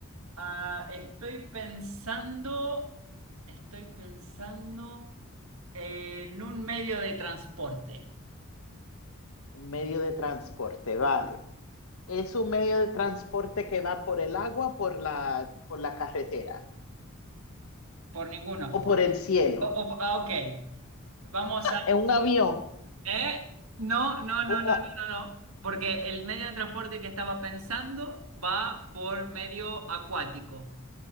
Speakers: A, on the right (about 75°); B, on the left (about 75°).
A: Ah, estoy pensando, estoy pensando eh, en un medio de transporte,
B: Un medio de transporte, vale. es un medio de transporte que va por el agua, por la, por la carretera
A: por ninguno.
B: o por el cielo.
A: O- o- ah, ok, vamos a...
B: En un avión,
A: ¿Eh? No, no, no,
B: un
A: no, no, no, no, porque el medio de transporte que estaba pensando va por medio acuático.